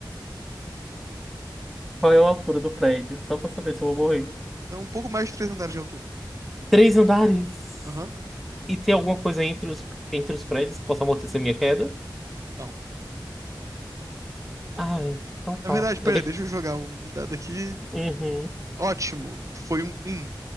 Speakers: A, in the centre; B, on the right (about 45°).
A: Qual é a altura do prédio? Só pra saber se eu vou morrer.
B: Então um pouco mais de 3 andares de altura.
A: Três andares.
B: Aham.
A: E tem alguma coisa entre os, entre os prédios que possa amortecer minha queda?
B: Não.
A: Ai, então tá.
B: Na verdade, peraí,
A: Eu tenho
B: deixa
A: que.
B: eu jogar um dado aqui.
A: Uhum.
B: Ótimo, foi um 1.